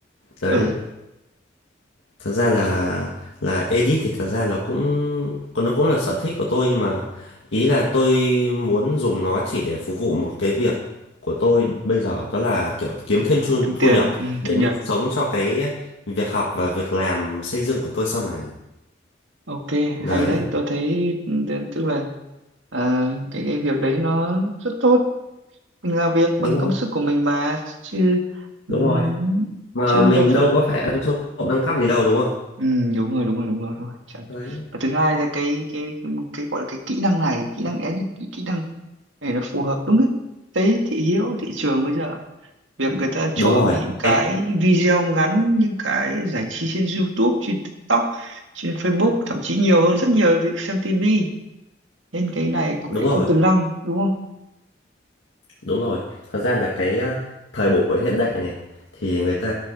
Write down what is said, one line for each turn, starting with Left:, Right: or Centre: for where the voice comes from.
Left: đấy
Right: ừ.
Left: thật ra là là edit thì thật ra là cũng còn nó cũng là sở thích của tôi nhưng mà ý là tôi muốn dùng nó chỉ để phục vụ một cái việc của tôi bây giờ đó là kiểu kiếm thêm thu,
Right: kiếm
Left: thu
Right: tiền
Left: nhập
Right: ừ,
Left: để
Right: thu nhập
Left: nuôi sống cho cái việc học và việc làm xây dựng của tôi sau này
Right: ok
Left: đấy
Right: hay đấy tôi thấy ừ, tức là ờ, cái cái việc đấy nó rất tốt mình làm việc bằng
Left: đúng
Right: công
Left: rồi
Right: sức của mình mà chứ ừ,
Left: đúng rồi mà
Right: chứ
Left: mình
Right: đâu phải
Left: đâu
Right: là
Left: có phải ăn trộm ăn cắp gì đâu đúng không
Right: ừ, đúng rồi đúng rồi đúng rồi thôi chẳng
Left: đấy
Right: và thứ hai là cái cái cái gọi là cái kỹ năng này kỹ năng edit kỹ kỹ năng này nó phù hợp đúng cái cái thị hiếu thị trường bây giờ việc người ta chuộng
Left: đúng rồi
Right: những cái
Left: Cái-
Right: video ngắn những cái giải trí trên YouTube trên TikTok trên Facebook thậm chí nhiều hơn rất nhiều việc xem TV nên cái này cũng
Left: đúng
Right: lại
Left: rồi
Right: có tiềm năng đúng không
Left: Đúng rồi, thật ra là cái ờ, thời buổi hiện đại này thì người ta